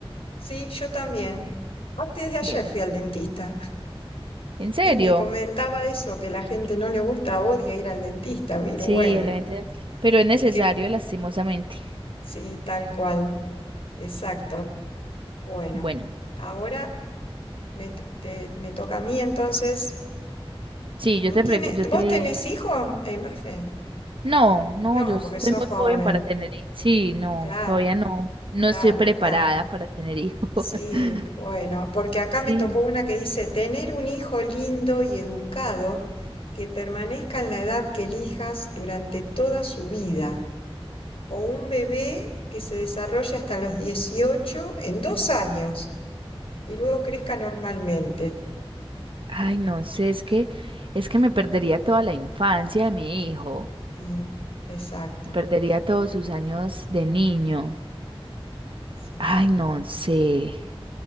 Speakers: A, on the left (about 75°); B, on the right (about 60°).
A: Sí, yo también. Antes de ayer
B: Bueno,
A: fui al dentista.
B: ¿en serio?
A: Y me comentaba eso, que la gente no le gusta, odia ir al dentista, pero
B: Sí,
A: bueno,
B: el evento, pero es necesario,
A: es que
B: lastimosamente.
A: sí, tal cual, exacto. Bueno,
B: Bueno,
A: ahora me, to- te- me toca a mí entonces.
B: sí, yo
A: ¿Tú
B: te
A: tienes,
B: pregunto, yo te...
A: vos tenés hijos, eh, Mafe?
B: No, no,
A: No,
B: yo estoy
A: porque sos
B: muy
A: joven.
B: joven para tener hijos. Sí, no,
A: Claro,
B: todavía no. No
A: claro,
B: estoy preparada
A: claro.
B: para tener hijos.
A: Sí,
B: <laughs>
A: bueno, porque acá
B: Sí.
A: me tocó una que dice, tener un hijo lindo y educado que permanezca en la edad que elijas durante toda su vida. o un bebé que se desarrolla hasta los 18 en dos años y luego crezca normalmente.
B: Ay, no sé, es que, es que me perdería toda la infancia de mi hijo.
A: Sí, exacto,
B: Me Perdería todos sus años de niño.
A: sí,
B: Ay, no sé.